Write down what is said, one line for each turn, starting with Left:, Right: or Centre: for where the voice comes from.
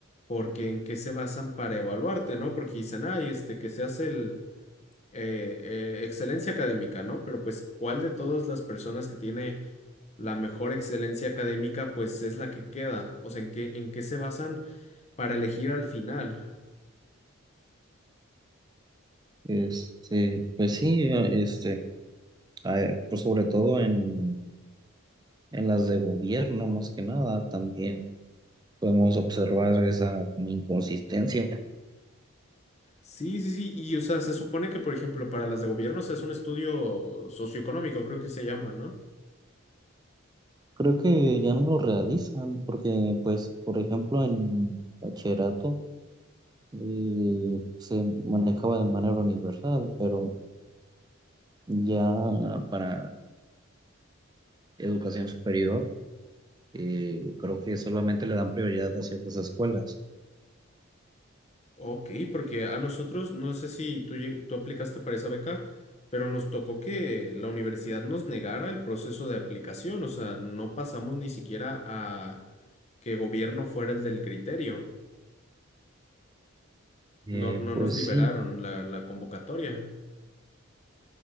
Left: porque en qué se basan para evaluarte, ¿no? Porque dicen, ay, este, que seas el eh, eh, excelencia académica, ¿no? Pero pues, ¿cuál de todas las personas que tiene la mejor excelencia académica, pues es la que queda? O sea, ¿en qué, en qué se basan para elegir al final?
Right: Este, pues sí, eh, este, eh, pues sobre todo en, en las de gobierno más que nada, también podemos observar esa como inconsistencia.
Left: Sí, sí, sí, y o sea, se supone que, por ejemplo, para las de gobierno se hace un estudio socioeconómico, creo que se llama, ¿no?
Right: Creo que ya no me lo realizan porque, pues, por ejemplo, en bachillerato eh, se manejaba de manera universal, pero ya para educación superior eh, creo que solamente le dan prioridad a ciertas escuelas.
Left: Ok, porque a nosotros, no sé si tú, lleg- tú aplicaste para esa beca, pero nos tocó que la universidad nos negara el proceso de aplicación, o sea, no pasamos ni siquiera a que gobierno fuera el del criterio,
Right: Eh,
Left: no, no
Right: pues
Left: nos liberaron
Right: sí,
Left: la, la convocatoria.